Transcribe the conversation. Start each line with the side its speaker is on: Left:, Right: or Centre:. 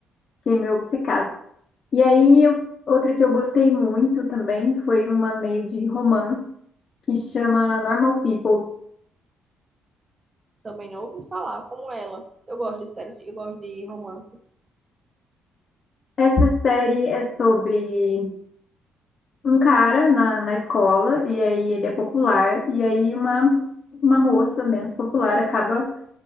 Left: Fiquei meio obcecada. E aí, eu- outra que eu gostei muito também foi uma meio de romance que chama Normal People.
Right: Também não ouvi falar como ela. Eu gosto de série, eu gosto de romance.
Left: Essa série é sobre um cara na, na escola, e aí ele é popular, e aí uma, uma moça menos popular acaba